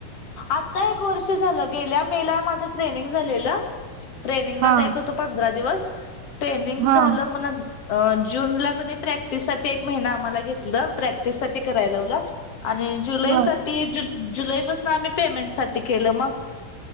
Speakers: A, on the left; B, on the right.
A: आता एक वर्ष झालं गेल्या मेला माझं ट्रेनिंग झालेलं ट्रेनिंगला
B: हा
A: जायच होत पंधरा दिवस ट्रेनिंग
B: हा
A: झालं म्हण अ जून ला कणी प्रॅक्टिस साठी एक महिना आम्हाला घेतलं प्रॅ साठी कराय लावला आणि जुलै
B: बर
A: साठी जुलैपून आम्ही पेमेंट साठी केलं मग